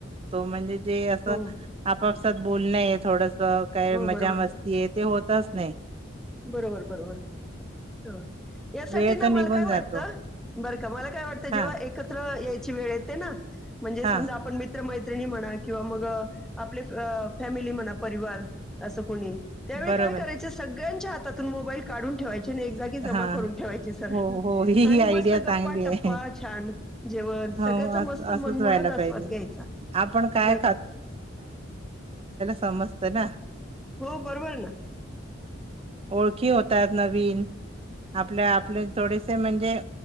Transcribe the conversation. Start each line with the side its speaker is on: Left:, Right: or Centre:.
Right: म्हण
Centre: हो,
Right: बोलणय आहे थोडं काय
Centre: हो बरोबर,
Right: मजा मस्ती य ते होतच नाही
Centre: बरोबर बरोबर हा यासाठी
Right: वेळ
Centre: ना
Right: तर
Centre: मला
Right: निघून
Centre: काय वाटतं
Right: जातो
Centre: बरं का मला काय वाटतं
Right: हा
Centre: जेव्हा एकत्र यायचं वेळ येते ना म्हणजे
Right: हा
Centre: समजा आपणित मित्र मैत्रिणी म्हणा किंवा मग आपले फॅमिली म्हणा परिवार असं कोणी त्यावेळी
Right: बरोबर
Centre: काय करायचे सगळे च्या हातून मोबाईल काढून ठेवाय एक जागी जमा
Right: हा
Centre: करून ठेवायची सरळ
Right: हो हो ही
Centre: आणि
Right: ही आयडिया
Centre: मस्त गप्पा
Right: चांगली
Centre: टप्पा
Right: आहे
Centre: छान जेवण
Right: हो
Centre: सगळ्याचा मस्त
Right: असं असंच
Centre: मनमुराद
Right: व्हायला
Centre: आस्वाद
Right: पाहिजे
Centre: घ्यायचा
Right: आपण काय
Centre: नाही का
Right: समस्त ना
Centre: हो, बरोबर ना.
Right: ओळखी होताय न वन आपल्या आपले थोडेसे म्हणजे